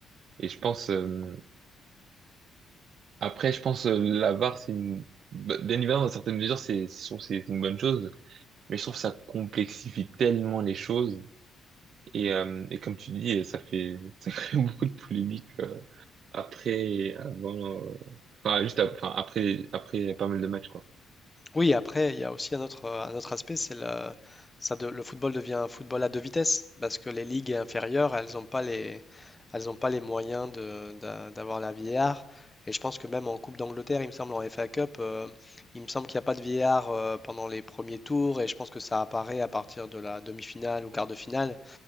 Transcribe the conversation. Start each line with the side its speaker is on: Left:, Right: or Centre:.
Right: Et je pense euh, après je pense euh, la VAR c'est une b- bien évidemment dans certaines mesures c'est je trouve que c'est c'est une bonne chose, mais je trouve que ça complexifie tellement les choses et euh, et comme tu dis ça fait <laughs> ça crée beaucoup de polémiques euh, après avant euh, enfin juste ap- enfin, après après pas mal de matchs quoi.
Left: Oui, après, il y a aussi un autre, euh, un autre aspect, c'est le, ça de- le football devient un football à deux vitesses, parce que les ligues inférieures, elles n'ont pas les, elles n'ont pas les moyens de, d'a- d'avoir la VAR. Et je pense que même en Coupe d'Angleterre, il me semble, en FA Cup, euh, il me semble qu'il n'y a pas de VAR euh, pendant les premiers tours, et je pense que ça apparaît à partir de la demi-finale ou quart de finale.